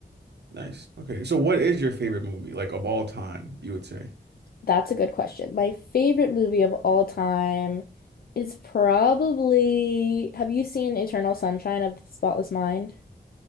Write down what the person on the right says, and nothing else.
Nice. Okay. So what is your favorite movie, like of all time, you would say? <laughs>